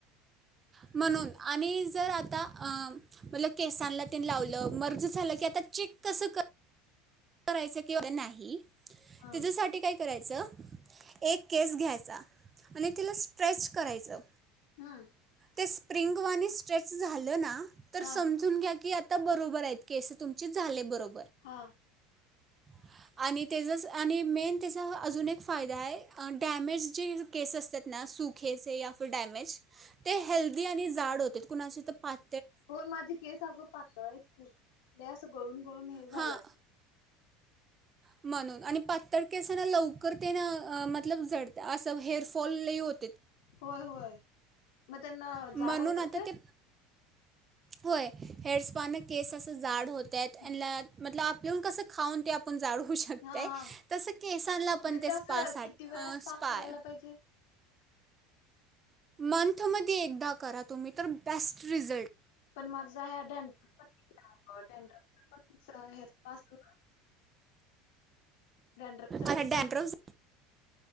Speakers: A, on the right (about 20°); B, on the left (about 80°).
A: म्हणून आणि जर आता अं म्हनलं केसांला- ते लावलं मर्ज झालं की ते आता चेक कस कर- करायचं किंवा नाही
B: हा
A: त्याच्यासाठी काय कराय- चं एक केस घ्यायचा आणि तिला स्ट्रेस- करायचं-
B: हां
A: ते स्प्रिंग वानी स्ट्रेच झालं ना- तर
B: हा
A: समजून घ्या की यात- आता बरोबर आहेत केसं तुमचे झाले बरोबर
B: हा
A: ह आणि त्याज्याच आणि मेन त्याचा अजून एक फायदा आहे डॅमेज जे केस असतात ना सुखे से असं डॅमेज ते हेल- ते आणि जाड होतेत कुणाचे तर पाच
B: होय माझे केस अगं पातळ आहेत खूप लै च गळून गळून हे झाल्यात-
A: हां म्हणून आणि पातळ केसांना लवकर ते ना मतलब जड असं हेअरफॉल लै होत-
B: होय होय मग त्यांना
A: म्हणून
B: जाड होतात
A: आता
B: काय
A: ते होय हेअरस्पान केस अस जाड होत त्यात
B: हम्म
A: ह्यांना ना मतलब आप- येऊन कसं खाऊन ते आपण जाड- होऊ शकतय
B: हा हा.
A: तस केसांना पण
B: म्हणजे
A: ते स्पासा
B: असं किती वेळा
A: अं स्पा
B: करायला
A: आहे-
B: पाहिजे
A: मंथ मध्ये एकदा करा तुम्ही तर बेस्ट रिझल्ट-
B: पण माझ आहे डें पण अं डेंडरफनी पण असं हेअरस्पा असतो ना- डेंडरफ ड्रप साठी
A: आता डॅन्ड्रफ
B: पण-